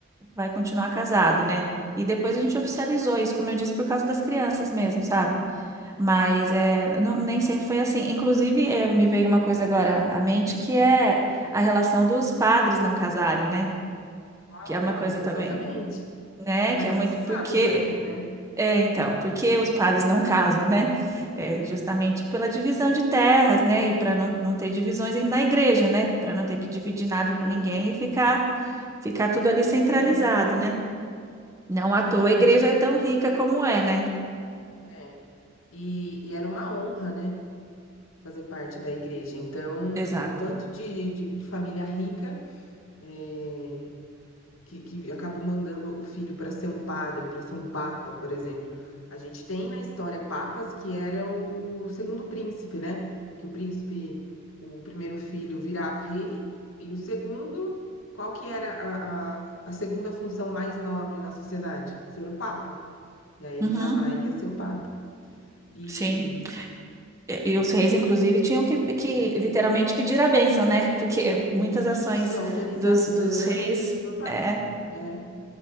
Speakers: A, on the right (about 15°); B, on the left (about 75°).
A: vai continuar casado, né? E depois a gente oficializou isso, como eu disse, por causa das crianças mesmo, sabe? Mas é, não- nem sempre foi assim. Inclusive, eh, me veio uma coisa agora à mente, que é a relação dos padres não casarem, né?
B: Ah,
A: Que é uma coisa
B: exatamente.
A: também, né?
B: Mas
A: Que é muito
B: você sabe
A: porque
B: o porquê, né?
A: é, então, porque os padres não casam, né? É, justamente pela divisão de terras, né? E para não, não ter divisões aí na igreja, né? Para não ter que dividir
B: Sim,
A: nada com ninguém e ficar, ficar tudo
B: tudo
A: ali
B: pra
A: centralizado,
B: eles, né?
A: né? Não à
B: Exatamente.
A: toa a igreja é tão rica como é, né?
B: É. E, e era uma honra, né? Fazer parte da igreja. Então,
A: Exato.
B: é, o quanto de, de família rica, é, que, que acabou mandando o filho para ser um padre, para ser um papa, por exemplo. A gente tem na história papas que eram o segundo príncipe, né? Que o príncipe, o primeiro filho virava rei e o segundo, qual que era a, a, a segunda função mais nobre na sociedade? Ser o papa. E aí ele
A: Uhum,
B: ia lá e ia ser o papa. E,
A: sim. E, e os reis, inclusive, tinham que, que
B: é.
A: literalmente pedir a bênção, né? Porque
B: E
A: muitas ações
B: isso, autorização,
A: dos, dos reis.
B: tudo pro papa.
A: é,
B: É,